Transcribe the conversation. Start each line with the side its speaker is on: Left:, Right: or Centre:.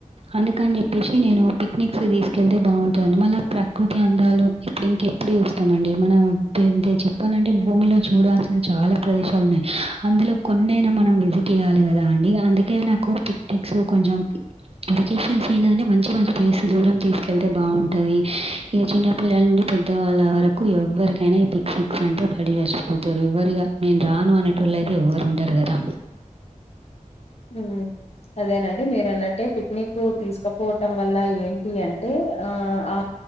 Right: అందుకని చెప్పేసి నేను పిక్నిక్స్ తీసుకెళ్తే బాం మళ్ళ ప్రకృతి అందాలు ఇప్పుడు ఇంకెప్పుడు చూస్తామండి మనం చెప్పాలంటే భూమిలో చూడాల్సిన చాలా ప్రదేశాలు ఉన్నాయి అందులో కొన్నైనా మనం విజిట్ చేయాలి కదా అండి అందుకే పిక్నిక్స్ కొంచం వెకేషన్స్ ఏ మంచి మంచి ప్లేస్ దూరం తీసుకెళ్తే బా ఉంటది ఇగ చిన్నపిల్లల నుండి పెద్ద వాళ్ళ వరకు ఎవరికైనా ఈ పిక్నిక్స్ అంటే పడిచ్చ తరు ఎవ్వరిగా నేను రాను అనేటోళ్ళయితే ఎవ్వరు ఉంటరు కదా
Left: హ్మ్. అదేనండి మీరన్నట్టే పిక్నిక్ తీసుకపోవటం వల్ల ఏంటి అంటే ఆ ఆ